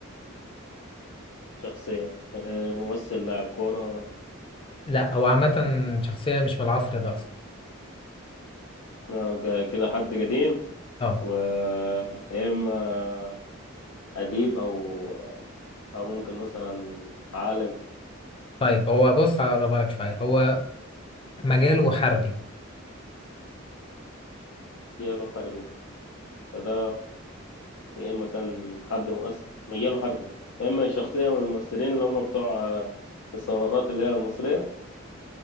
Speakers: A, on the left; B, on the left.
A: شخصية آه، ممثل لاعب كورة
B: لا هو عامه شخصيه مش من العصر ده اصلا
A: آه، ج- كده حد قديم
B: اه
A: و يا اما اديب او او ممكن مثلا عالم
B: طيب هو بص هقربها لك شويه هو مجاله حربي
A: مجاله حربي فده يا اما كان حد مؤثر مجاله حربي فاما شخصية من المؤثرين اللي هم بتوع آه، الثورات اللي هي المصرية